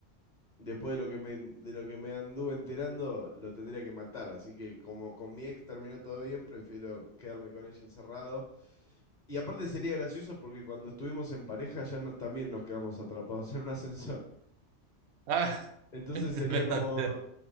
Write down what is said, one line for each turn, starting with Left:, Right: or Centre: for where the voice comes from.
Left: Después de lo que me, de lo que me anduve enterando, lo tendría que matar. Así que como con mi ex terminó todo bien, prefiero quedarme con ella encerrado. Y aparte sería gracioso porque cuando estuvimos en pareja ya no- también nos quedamos atrapados en un ascensor.
Right: Ah,
Left: Entonces
Right: <laughs> me
Left: sería como,
Right: va a hacer-